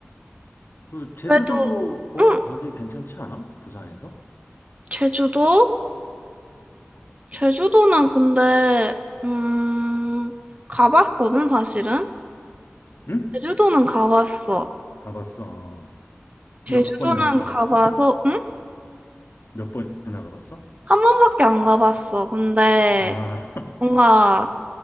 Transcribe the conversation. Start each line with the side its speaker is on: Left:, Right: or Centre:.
Left: 그 제주도도
Right: 그래도,
Left: 거기서
Right: 응.
Left: 가기 괜찮지 않아? 부산에서?
Right: 제주도? 제주도는 근데, 음, 가봤거든, 사실은?
Left: 응?
Right: 제주도는 가봤어.
Left: 가봤어. 어.
Right: 제주도는
Left: 몇 번이나 가봤어?
Right: 가봐서, 응?
Left: 몇 번이나 가봤어?
Right: 한 번밖에 안 가봤어. 근데
Left: 아, <laughs>
Right: 뭔가,